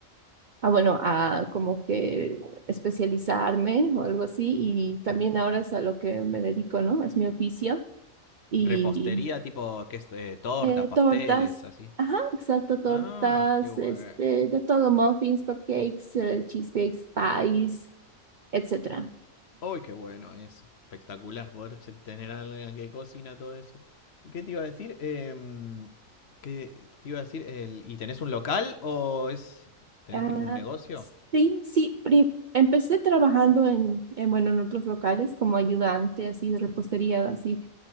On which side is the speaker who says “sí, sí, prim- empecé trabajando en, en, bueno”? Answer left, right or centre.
Right